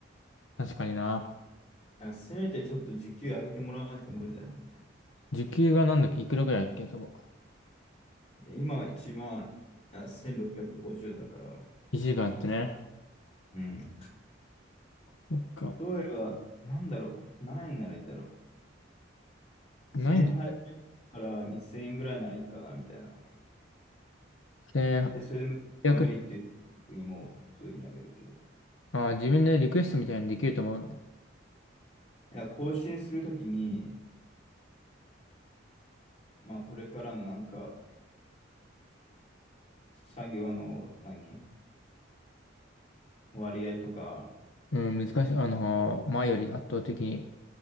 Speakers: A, on the left; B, on the left.
A: 確かにな。
B: なんかせめてちょっと時給上げてもらわなきゃ無理だな、みたい
A: 時給がなんだっけ、いくらくらいだっけ、そこ。
B: な。で今は1万、あ、1650だから。
A: 1時間ってね。
B: うん。例
A: そっか。
B: えば、なんだろう、何円ならいいんだろう。
A: ないんだって
B: 1800から2000円ぐらいならいいかな、みたいな。
A: ね。
B: で、それでも無理って言って普通にもう普通にやめるけど。
A: 1 0あー、自分でリクエストみたいにできると思うの。
B: いや、更新するときに、まあ、これからのなんか、作業の何割合とか、
A: うん、難しい。あのー、前より圧倒的に